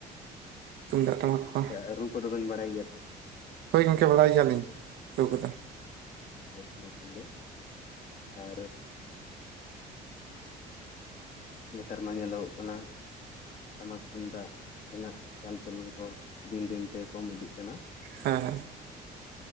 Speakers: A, on the right (about 75°); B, on the left (about 50°).
A: ᱛᱩᱢᱫᱟᱜ ᱴᱟᱢᱟᱠ ᱠᱚ
B: ᱟᱪᱪᱷᱟ ᱨᱩ ᱠᱚᱫᱚᱵᱮᱱ ᱵᱟᱲᱟᱭ ᱜᱮᱭᱟ ᱛᱚ?
A: ᱦᱭ ᱜᱚᱢᱠᱮ ᱵᱟᱲᱟᱭ ᱜᱮᱭᱟᱞᱤᱧ ᱨᱩ ᱠᱚᱫᱚ᱾
B: <inaudible> ᱠᱷᱟᱱ ᱜᱮ ᱟᱨ ᱱᱮᱛᱟᱨ ᱢᱟ ᱧᱮᱞᱚᱜᱚᱜ ᱠᱟᱱᱟ ᱴᱟᱢᱟᱠ ᱛᱩᱢᱫᱟᱜ ᱨᱮᱱᱟᱜ ᱪᱟᱞᱪᱚᱞᱚᱱ ᱠᱚ ᱫᱤᱱ ᱫᱤᱱ ᱛᱮ ᱠᱚᱢ ᱤᱫᱤᱜ ᱠᱟᱱᱟ᱾
A: ᱦᱮᱸ ᱦᱮᱸ